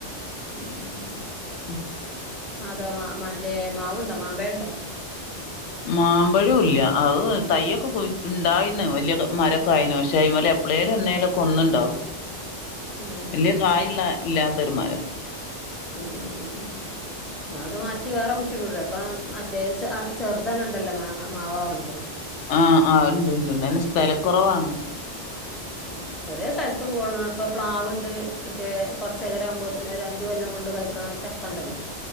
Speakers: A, in the centre; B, on the left.
A: <inaudible>
B: ഉം
A: അധവ മാ മറ്റേ മാവുണ്ടോ മാമ്പഴണ്ടോ
B: മാമ്പഴും ഇല്ല അയ് തയ്യൊക്കെപോയ്‌ ഇണ്ടായിന്ന് വല്ല്യ മരക്കൊയ്ന് പഷേ അയിമ്മലെപ്പേ പ്ലേലും എന്നേലുംക്കെ ഒന്ന്ണ്ടാവും.
A: ഏഹ്
B: <unintelligible> കായിള്ളെ ഇല്ലാത്തോരുമാരം.
A: ഉം ഉം ഉം ന്നാഅത് മാറ്റി വേറെ കുഴിച്ച്ട്ടൂടെ ഇപ്പ മറ്റേ അ ചെറുതന്നെണ്ടല്ലോ മാങ്ങ മാവവ്ണത്.
B: ആഹ് ആഹ് അയ്ണ്ട്ണ്ട്ണ്ട് അയിന് സ്ഥലക്കൊറവാണ്.
A: <unintelligible> ഞ്ച ചെറിയേ സ്ഥലത്ത് കൊള്ളണ ഇപ്പോ പ്ലാവ്ണ്ട് മറ്റേ കൊർച്ചേര ആവു മ്പോത്തിന് ഒരു അഞ്ച് കൊല്ലം കൊണ്ട് കഴിക്കണയ്. ചക്കണ്ടല്ലോ.